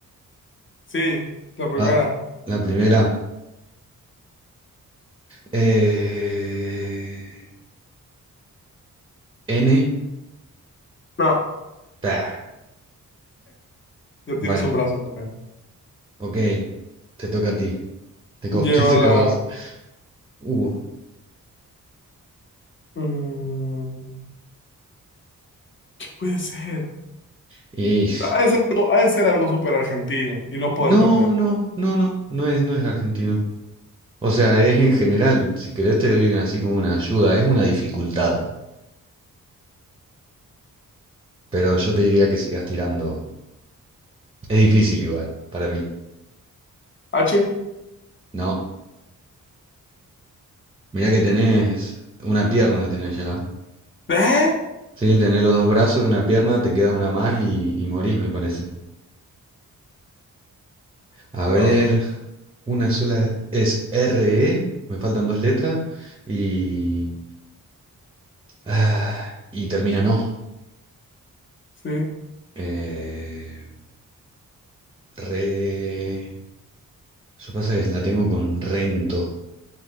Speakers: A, on the left; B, on the right.
A: Sí, la primera.
B: ah, la primera. Eh, N,
A: No,
B: bah.
A: ya tienes
B: Bueno,
A: un brazo también.
B: Ok, te toca a ti. Te, co-
A: Lleva
B: <laughs> te toca
A: la...
B: a vos. Uh,
A: mm, ¿qué puede ser?
B: y...
A: Ha de ser, algo- ha de ser algo súper argentino y no puedo
B: No,
A: entender.
B: no, no, no, no es, no es argentino. O sea, es en general, si querés te doy una- así como una ayuda, es una dificultad. Pero yo te diría que sigas tirando. Es difícil igual, para mí.
A: H.
B: No, mirá que tenés una pierna, tenés ya.
A: ¿Eh?
B: Sí, tenés los dos brazos y una pierna, te queda una más y, y morís, me parece. A
A: Diablo.
B: ver, una sola es R E. me faltan dos letras. y Ah, y termina no.
A: Sí.
B: Eh, re. Yo pasa que la tengo con rento.